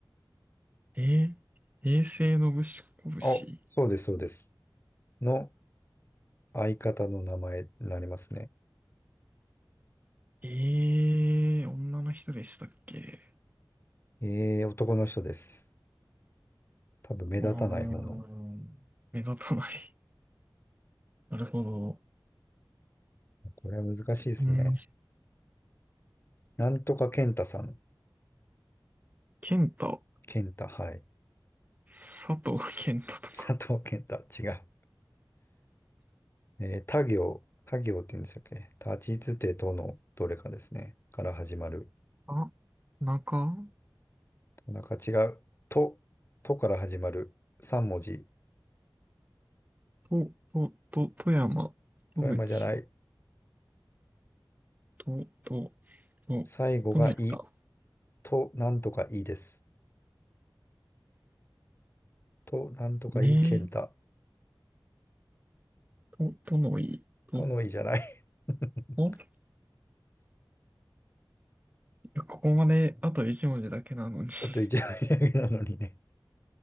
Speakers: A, on the right; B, on the left.
A: えー、平成のぶしこぶし。
B: あ、そうです、そうです。の相方の名前になりますね。
A: ええー、女の人でしたっけ
B: えー、男の人です。多分目立たない方の。
A: ああ、目立たない。なるほど。
B: これは難しいですね。
A: うん。
B: なんとか健太さん。
A: 健太、
B: 健太、はい。
A: 佐藤健太とか。
B: 佐藤健太、違う。えー、他行、他行って言うんでしたっけ立ちつてとのどれかですね。から始まる。
A: あ、中、
B: なんか違う。と、とから始まる。3文字。
A: と、と、と、富山、
B: 富山じゃない。
A: 戸口、と、と、と、
B: 最後がい。
A: とみた。
B: と、なんとかいいです。と、なんとかいい健太。
A: ねえ、と、とのい、と、
B: とのいじゃない。<laughs>
A: と、いや、ここまであと一文字だけなのに。<laughs>
B: だといじゃないだけなのにね。